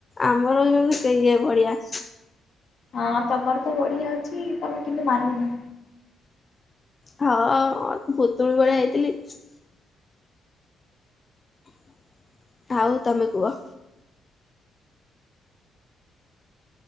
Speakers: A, on the left; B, on the left.
A: ଆମର ଯଉନୁ ସେଇଏ ଭଳିଆ।
B: ଅଁ ତମର ତ ବଢିଆ ଅଛି-ଇ ତମେ କିନ୍ତୁ ମାନୁନ।
A: ହଁ ଅ ମ ଭୁତୁଣି ଭଳିଆ ହେଇଥିଲି। <inaudible> ହାଉ ତମେ କୁଅ।